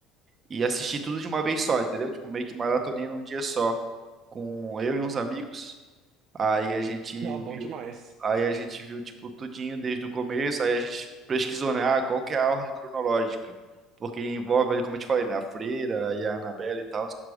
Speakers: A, on the right; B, on the right.
A: e assisti tudo de uma vez só, entendeu? Tipo, meio que maratonei num dia só, com eu e uns amigos. Aí a gente
B: Não,
A: viu,
B: bom demais.
A: aí a gente viu tipo tudinho desde o começo, aí a gente pesquisou, né, ah, qual que é a ordem cronológica? Porque envolve ali, como eu te falei, né, a Freira aí a Annabelle e tal.